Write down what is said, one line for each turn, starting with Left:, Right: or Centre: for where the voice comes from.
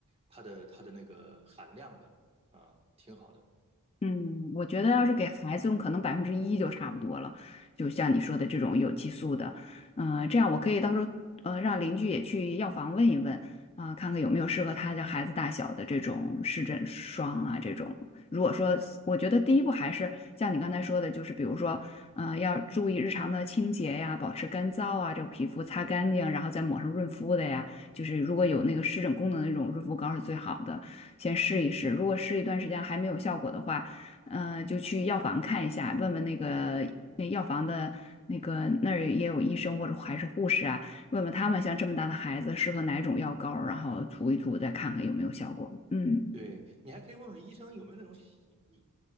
Right: 它的它的那个含量的啊，挺好的。
Left: 嗯，我觉得要是给孩子用，可能百分之一就差不多了。就像你说的这种有激素的，嗯、这样我可以到时候呃让邻居也去药房问一问啊、看看有没有适合他的孩子大小的这种湿疹霜啊这种。如果说我觉得第一步还是像你刚才说的，就是比如说嗯要注意日常的清洁呀，保持干燥啊，这个皮肤擦干净，然后再抹上润肤的呀。就是如果有那个湿疹功能的那种润肤膏是最好的，先试一试。如果试一段时间还没有效果的话，嗯，就去药房看一下，问问那个那药房的那个那儿也有医生或者还是护士啊，问问他们像这么大的孩子适合哪种药膏儿然后涂一涂，再看看有没有效果。嗯。
Right: 对，你还可以问问医生有没有那种洗剂，